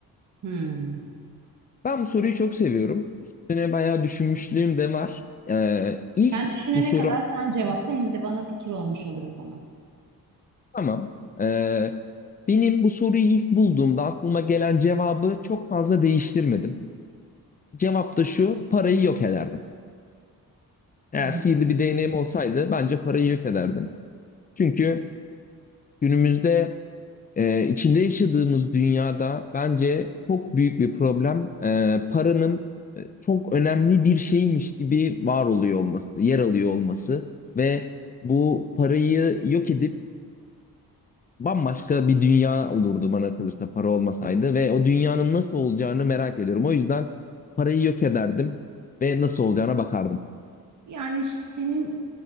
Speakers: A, on the right; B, on the left.
A: Hmm.
B: Ben
A: S-
B: bu soruyu çok seviyorum. Üstüne bayağı düşünmüşlüğüm de var. Ee, ilk
A: Ben düşünene
B: bu soru
A: kadar sen cevapla hem de bana fikir olmuş olur o zaman.
B: tamam. Ee, benim bu soruyu ilk bulduğumda aklıma gelen cevabı çok fazla değiştirmedim. Cevap da şu, parayı yok ederdim. Eğer
A: Hı hı.
B: sihirli bir değneğim olsaydı bence parayı yok ederdim. Çünkü günümüzde Ee, içinde yaşadığımız dünyada bence çok büyük bir problem e, paranın e, çok önemli bir şeymiş gibi var oluyor olması, yer alıyor olması ve bu parayı yok edip bambaşka bir dünya olurdu bana kalırsa para olmasaydı ve o dünyanın nasıl olacağını merak ediyorum. O yüzden parayı yok ederdim ve nasıl olacağına bakardım.
A: Yani senin